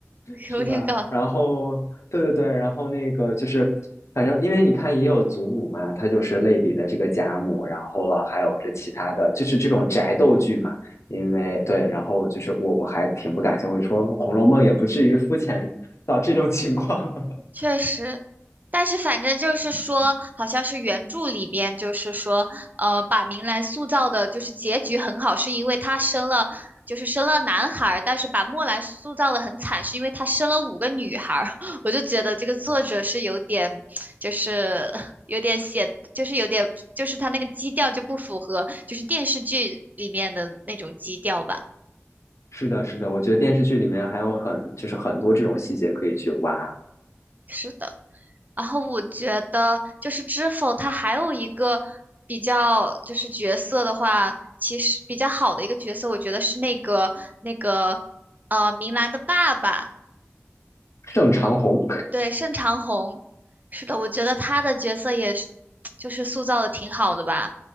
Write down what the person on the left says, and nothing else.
是吧？
然后，对对对，然后那个就是，反正因为你看也有祖母嘛，她就是类比的这个贾母，然后了还有这其他的，就是这种宅斗剧嘛。因为对，然后就是我我还挺不感兴趣，我说《红楼梦》也不至于肤浅到这种情况。<laughs>
哎，
是的，是的，我觉得电视剧里面还有很就是很多这种细节可以去挖。
盛长虹